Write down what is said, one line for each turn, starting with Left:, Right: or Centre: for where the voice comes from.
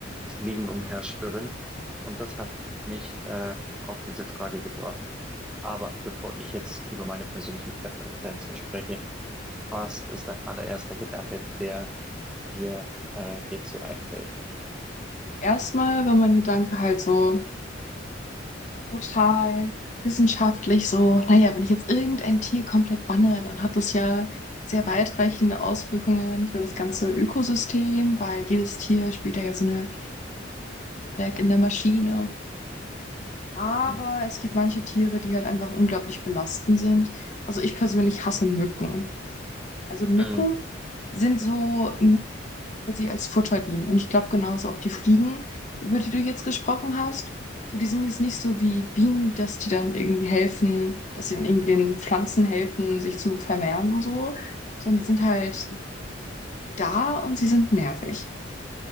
Centre: Fliegen umherschwirren. Und das hat mich äh, auf diese Frage gebracht. Aber bevor ich jetzt über meine persönlichen Präferenzen spreche, was ist dein allererster Gedanke, der dir äh, hierzu einfällt?
Left: Erstmal war mein Gedanke halt so total Wissenschaft. Oh, Wenn ich jetzt irgendein Tier komplett banne, dann hat das ja sehr weit Auswirkungen für das ganze Ökosystem, weil jene Wiesemaschine, aber
Centre: Mm,
Left: die halt einfach unglaublich belastend sind. Also ich persönlich hasse Mücken. Also Mücken
Centre: mm,
Left: sind so als Futter, die also auch die Fliegen, über die du jetzt gesprochen hast. So, die sind jetzt nicht so wie Bienen, dass die dann irgendwie helfen, dass sie dann irgendwie den Pflanzen helfen, sich zu vermehren und so sondern die sind halt da und sie sind nervig.